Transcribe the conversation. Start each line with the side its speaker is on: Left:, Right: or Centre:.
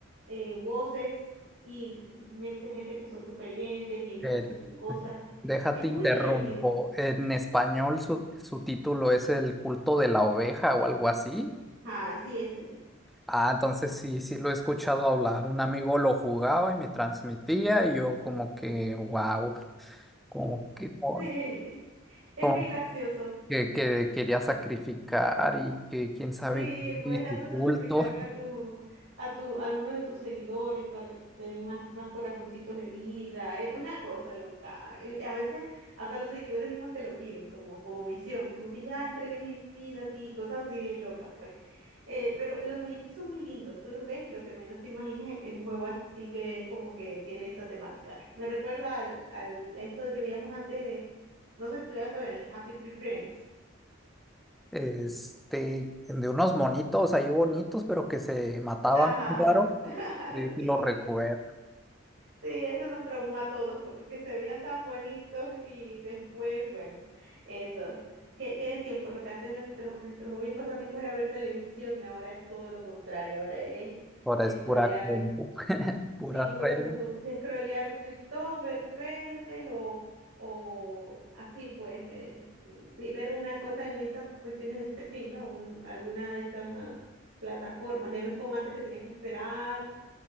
Right: eh, voces y metes gente que son tus creyentes y ellos
Centre: el-
Right: hacen cosas.
Centre: déjate
Right: Es
Centre: interrumpo.
Right: muy divertido.
Centre: En español su, su título es El culto de la oveja o algo así.
Right: Ah, sí, es ese.
Centre: Ah, entonces sí, sí lo he escuchado hablar. Un amigo lo jugaba y me transmitía y yo como que, wow, como que, con-
Right: Sí, <laughs> es
Centre: como
Right: muy gracioso.
Centre: que, que- que quería sacrificar y que quién sabe
Right: Sí,
Centre: qué
Right: puedes
Centre: y
Right: hasta
Centre: su culto.
Right: sacrificar a tu, a tu, a algunos de tus seguidores para que te den más, más corazoncitos de vida. Es una cosa loca. Eh, A veces hasta los seguidores mismos te lo piden como, como misión, como que ya entregué mi vida a ti, cosas así locas, pues. Eh, pero los muñequitos son muy lindos, tú los ves y lo que menos te imaginas es que es un juego así que es como que tiene esa temática. Me recuerda al, al esto de que veíamos antes, no sé si tú lo llegaste a ver, el Happy Tree Friends.
Centre: este, de unos monitos ahí bonitos, pero que se mataban,
Right: Ajá,
Centre: claro,
Right: <laughs>
Centre: sí, sí
Right: sí.
Centre: lo recuerdo,
Right: Sí, ese nos traumó a todos porque se veían tan bonitos y después, bueno, eso. ¿Qué, qué de tiempos? Lo que antes nuestro, nuestro hobby y pasatiempo era ver televisión y ahora es todo lo contrario. Ahora es
Centre: ahora es
Right: scrollear,
Centre: pura compu, <laughs> puras
Right: sí, puro
Centre: redes,
Right: como que scrollear TikTok, ver redes o, o así, pues, eh, vi- ver una cosa en estas cuestiones de stream, ¿no? Un- alguna de estas ah, plataformas. Ya no es como antes que tenías que esperar